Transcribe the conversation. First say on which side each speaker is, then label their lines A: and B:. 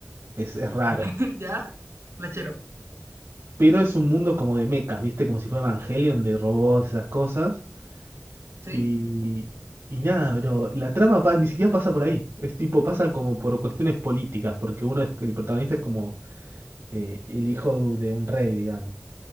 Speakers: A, on the right (about 85°); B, on the right (about 70°).
A: es, es raro.
B: <laughs> Ya, la chero.
A: Pero es un mundo como de mechas, ¿viste? Como si fuera Evangelion de robots, esas cosas.
B: ¿Sí?
A: Y, y nada, pero la trama pa- ni siquiera pasa por ahí. Es tipo, pasa como por cuestiones políticas, porque uno es, el protagonista es como eh, el hijo de, un de un rey, digamos.